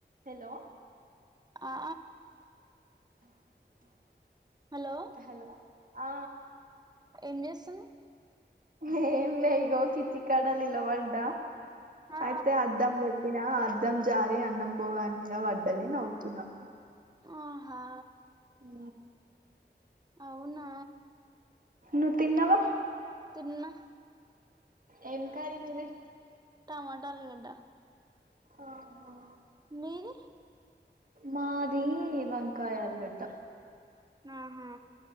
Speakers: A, on the right; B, on the right.
A: హలో
B: ఆ హలో
A: హలో ఆ
B: ఏం చేస్తున్నవ్
A: ఏం లె ఇగో కిటికీ కాడ నిలబడ్డ
B: ఆ
A: ఐతే అద్ధం బెట్ ఇనా అద్దం జారి అన్నం భోగాన్ మీద పడ్డది నవ్వుతున్నా
B: ఆహా
A: ఊ
B: అవునా
A: నువ్ తిన్నవా
B: తిన్న
A: ఏం కర్రీ నీది
B: టమాట ఆలుగడ్డ
A: ఆహా
B: నీది
A: మాది వంకాయ ఆలుగడ్డ
B: ఆహా